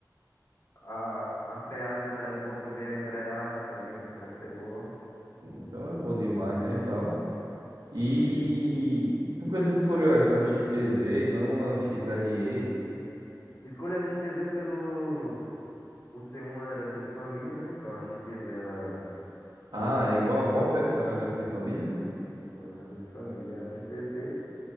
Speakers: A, on the left; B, on the right.
A: a, a freagem dela é boa também, a embreagem também consegue ser boa.
B: Então é bom demais, né? E tal. E
A: Sim.
B: por que tu escolheu essa X T Z, não a X R E?
A: Escolhi a XTZ pelo, por ser uma herança de família, né? Então a XTZ, ela
B: Ah, é igual a Pop, é? Foi uma herança de família?
A: Segurança de família. A XTZ